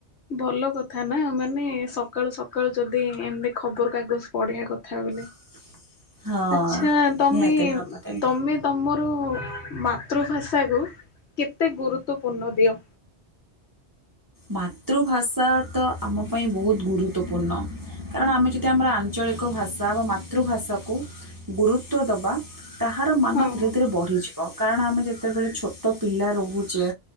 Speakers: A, on the left; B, on the right.
A: ଭଲ କଥା ନା ମାନେ ସକାଳୁ ସକାଳୁ ଯଦି ଏମିତି ଖବର କାଗଜ ପଢଆ କଥା ବୋଲେ।
B: <inaudible> ହଁ
A: ଆଛା ତମେ
B: ନିହାତି ଭାବରେ
A: ତମେ ତମର ମାତୃ ଭାଷାକୁ କେତେ ଗୁରୁତ୍ୱପୂର୍ଣ୍ଣ ଦିଅ?
B: ମାତୃଭାଷା ତ ଆମ ପାଇଁ ବହୁତ ଗୁରୁତ୍ୱପୂର୍ଣ୍ଣ। କାରଣ ଆମେ ଯଦି ଆମର ଆଞ୍ଚଳିକ ଭାଷା ବା ମାତୃଭାଷାକୁ ଗୁରୁତ୍ୱ ଦେବା ତାହାର ମାନ
A: ହଁ।
B: ଧୀରେ ଧୀରେ ବଢ଼ିଯିବ କାରଣ ଆମେ ଯେତେବେଳେ ଛୋଟ ପିଲା ରହୁ ଛେ